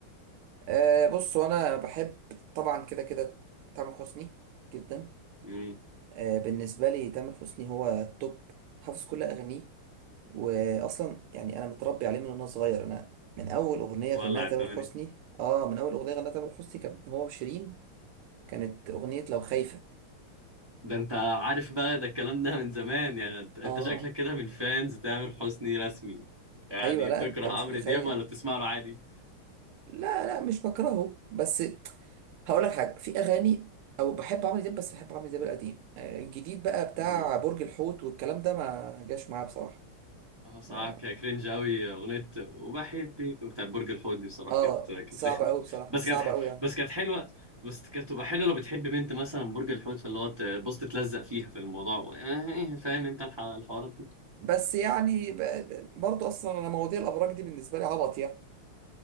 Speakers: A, on the right; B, on the right.
A: آه بص انا بحب طبعا كده كده تامر حسني جدا
B: امم
A: آه بالنسبه لي تامر حسني هو التوب حافظ كل اغانيه واصلا يعني انا متربي عليه من وانا صغير انا من اول اغنيه
B: ولع
A: غناها تامر
B: الدنيا
A: حسني اه من اول اغنيه غناها تامر حسني كان هو وشيرين كانت أغنية لو خايفة
B: ده انت عارف بقى ده الكلام ده من زمان يعني انت انت
A: آه
B: شكلك كده من فانز تامر حسني رسمي يعني
A: أيوة لا
B: تكره
A: أنت مش
B: عمرو
A: متخيل
B: دياب ولا بتسمع له عادي
A: لا لا مش بكرهه بس هقول لك حاجة في أغاني أو بحب عمرو دياب بس بحب عمرو دياب القديم آه، الجديد بقى بتاع
B: امم
A: برج الحوت والكلام ده ما جاش معاه بصراحة
B: اه صراحة
A: آه
B: ك- كرنج قوي اغنية وبحبك بتاعت برج الحوت دي بصراحة
A: آه،
B: كانت كانت
A: صعب
B: رخمة
A: أوي بصراحة
B: بس
A: صعب
B: كانت
A: أوي يعني
B: بس كانت حلوة بس كانت تبقى حلوة لو بتحب بنت مثلا برج الحوت فاللي هو تبص تتلزق فيها في الموضوع اه، فاهم انت الح- الحوارات دي
A: بس يعني ب- ب- برضه أصلا أنا مواضيع الأبراج دي بالنسبة لي عبط يعني